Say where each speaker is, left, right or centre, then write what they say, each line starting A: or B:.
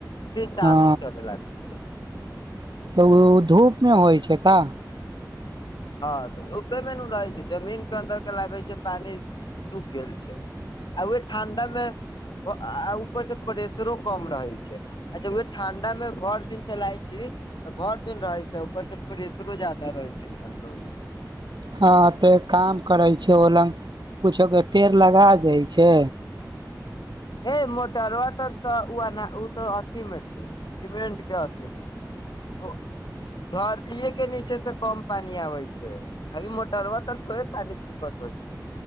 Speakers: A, on the left (about 85°); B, on the right (about 80°).
A: फिर शाम
B: हँ
A: से चलय लागै छै।
B: त ओ धूप मे होइ छै का
A: हँ तऽ धूपे मे नू रहै छै। जमीन के अन्दर डलाबे छै पानि सूख गेल छै आ उह ठंडा मे आ ऊ ऊपर से प्रेशरो कम रहै छै अच्छा, उह ठण्डा मे भर दिन चलाइ छी तऽ भरि दिन रहैत छै, ऊपरसँ प्रेशरो जादा रहैत छै ठण्डो मे
B: हाँ, ते काम करै छै ओ लंग कुछो के पेड़ लगाय देय छै।
A: ए मोटरवा तऽ ऊ तऽ अथी मे छै, सीमेंट के अथी मे ओ धरतीये के नीचे से कम पानी आबै छै अरे मोटरवा तल थोड़े पानि सुकत होइ छै।